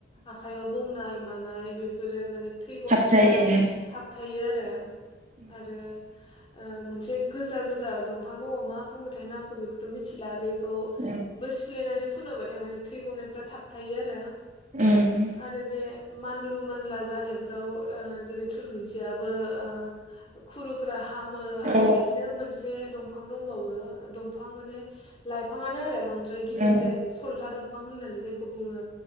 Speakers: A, on the left; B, on the right.
A: आखायाव बौनाय मानाय बेफोरो माने थै गनायफोरा
B: थाबथायो
A: थाब थायो आरो। <unintelligible>
B: <unintelligible>
A: आरो ओ मोनसे गोजा गोजा दंफां दङ मा बुङो थाय नामखौ बेखौथ' मिथिला बे खौबो
B: औ
A: सिफ्लेनानै फुनोबाथाय माने थै गनायफ्रा थाब थायो आरो।
B: उम।
A: आरो बे मानलु मानला जानायफ्राव ओ जेरै थुलुंसि रांबो ओ फोरा हामो आरो
B: औ
A: बिदिनो मोनसे दं दंफां दंबावो दंफां माने लाइफांनो बांद्राय गिदिर
B: औ
A: जाया बे सलथा दं फां होननानै जायखौ बुङो